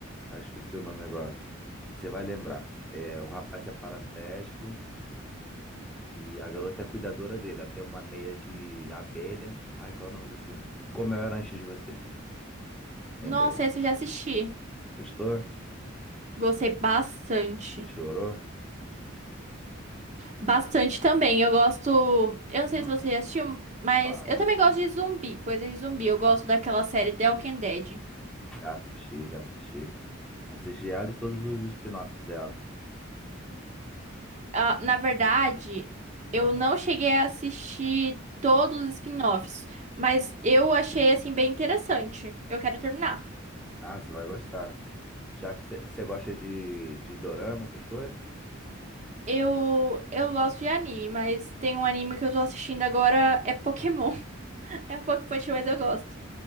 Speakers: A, in the centre; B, on the right.
A: Ah, esqueci o nome agora. Você vai lembrar. É, o rapaz é paraplégico E a garota é cuidadora dele, até uma meia de abelha. Ai, qual é o nome do filme? Como eu era antes de você. Lembrei.
B: Nossa, esse eu já assisti.
A: Gostou?
B: Gostei bastante.
A: Chorou?
B: Bastante também. Eu gosto. Eu não
A: Não,
B: sei se você já assistiu, mas
A: fala.
B: eu também gosto de zumbi, coisa de zumbi. Eu gosto daquela série The Walking Dead.
A: Já assisti, já assisti. Assisti ela e todos os spin-offs dela.
B: Ah, na verdade, eu
A: Ah,
B: não cheguei a assistir todos os spin-offs, mas eu achei assim bem interessante. Eu quero terminar.
A: ah, você vai gostar. Já que você gosta de, de dorama, essas coisas?
B: Eu eu gosto de anime, mas tem um anime que eu tô assistindo agora é Pokémon. <laughs> É um pouco infantil,
A: Hum.
B: mas eu gosto.